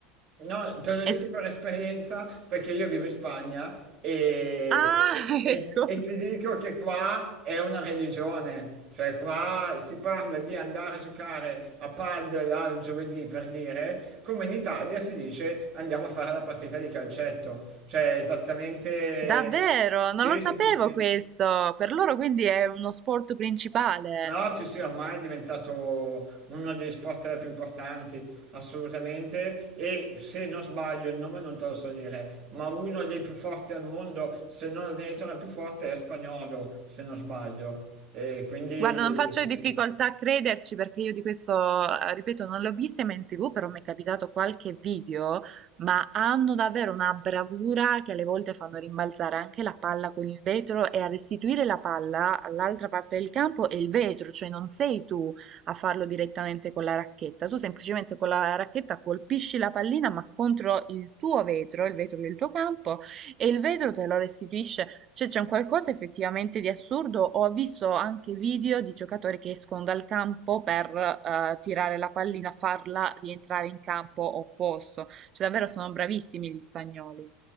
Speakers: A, on the right; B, on the right.
A: No, te lo dico
B: es-
A: per esperienza perché io vivo in Spagna e,
B: Ah,
A: e- e-
B: <laughs> ecco.
A: e ti dico che qua è una religione, cioè qua si parla di andare a giocare a padel al giovedì per dire, come in Italia si dice andiamo a fare la partita di calcetto, cioè esattamente...
B: Davvero,
A: Sì,
B: non lo sapevo
A: sì, sì, sì.
B: questo. Per loro quindi è uno sport principale.
A: No, sì, sì, ormai è diventato uno degli sport più importanti, assolutamente. E se non sbaglio, il nome non te lo so dire, ma uno dei più forti al mondo, se non addirittura il più forte, è spagnolo, se non sbaglio. E quindi
B: Guarda, non faccio
A: sì, sì.
B: difficoltà a crederci perché io di questo, eh, ripeto, non l'ho vista mai in TV, però mi è capitato qualche video, ma hanno davvero una bravura che alle volte fanno rimbalzare anche la palla con il vetro e a restituire la palla all'altra parte del campo è il vetro, cioè non sei tu a farlo direttamente con la racchetta, tu semplicemente con la racchetta colpisci la pallina ma contro il tuo vetro, il vetro del tuo campo, e il vetro te lo restituisce cioè c'è un qualcosa effettivamente di assurdo. Ho visto anche video di giocatori che escono dal campo per eh, tirare la pallina, farla rientrare in campo opposto. Cioè davvero sono bravissimi gli spagnoli.